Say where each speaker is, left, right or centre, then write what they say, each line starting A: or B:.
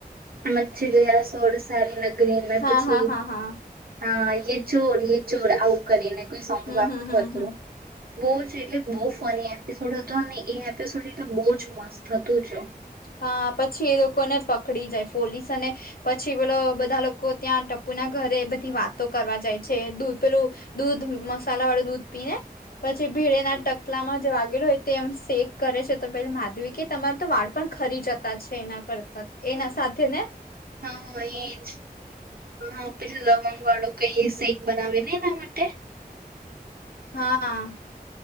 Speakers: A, on the right; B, on the left.
A: મચ ગયા શોર સારી નગરી અને
B: હા
A: પછી
B: હા હા હા
A: હન, યે ચોર યે ચોર આવું કરીને કોઈ સોન્ગ
B: હમ
A: વાગતું
B: હમ હમ
A: હતું.
B: હમ
A: બઉ જ એટલે બઉ ફની એપિસોડ હતો. અન એ એપિસોડ એટલે બઉ જ મસ્ત હતું જ.
B: હા, પછી એ લોકોને પકડી જાય પોલીસ અને પછી પેલો બધા લોકો ત્યાં ટપુના ઘરે બધી વાતો કરવા જાય છે. દૂધ પેલું દૂધ મસાલાવાળુ દૂધ પીને પછી ભીડેના ટકલામાં જ વાગેલું એ તેમ શેક કરે છે, તો પેલી માધવી કે તમાર તો વાળ પણ ખરી જતા છે, એના કરતા એના સાથેને
A: હન, હન એ જ. હન, પેલુ લવંગ વાળું કઈ એ સીંગ બનાવે ની એના માટે
B: હા.